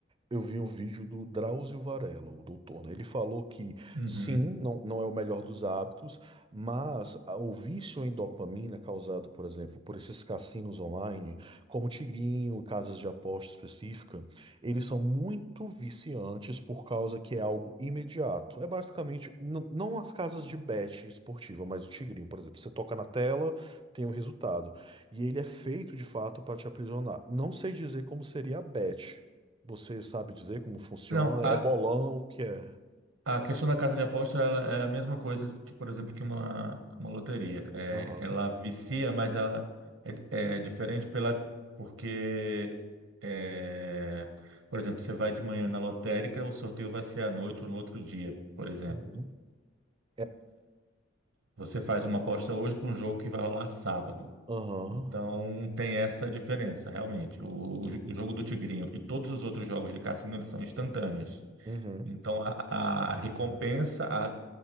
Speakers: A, on the right; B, on the right.
A: eu vi um vídeo do Drauzio Varela, o doutor, né? Ele falou que
B: uhum.
A: sim, não, não é o melhor dos hábitos, mas a- o vício em dopamina causado, por exemplo, por esses cassinos online, como Tigrinho, casas de aposta específica, eles são muito viciantes por causa que é algo imediato. É basicamente, n- não as casas de bet esportiva, mas o Tigrinho, por exemplo. Você toca na tela, tem o resultado. E ele é feito de fato para te aprisionar. Não sei dizer como seria a bet. Você sabe dizer como funciona?
B: Não,
A: É bolão, o que é?
B: A questão da casa de aposta ela é a mesma coisa, que, por exemplo, que uma, uma loteria. É,
A: Aham.
B: ela vicia, mas ela é, é diferente pela, porque, é, por exemplo, você vai de manhã na lotérica, o sorteio vai ser à noite ou no outro dia, por exemplo.
A: Uhum. É.
B: Você faz uma aposta hoje para um jogo que vai rolar sábado.
A: Aham.
B: Então tem essa diferença, realmente. O, o, o jogo do Tigrinho e todos os outros jogos de cassino, eles são instantâneos.
A: Uhum.
B: Então a, a recompensa, a,